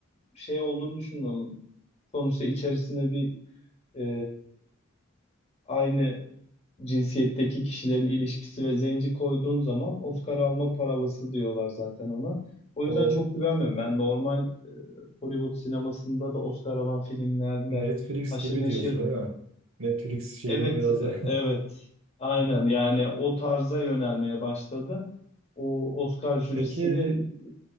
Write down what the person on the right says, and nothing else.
O
Netflix
gibi
diyorsun değil mi? Netflix şeyine
biraz
da...
<laughs> Peki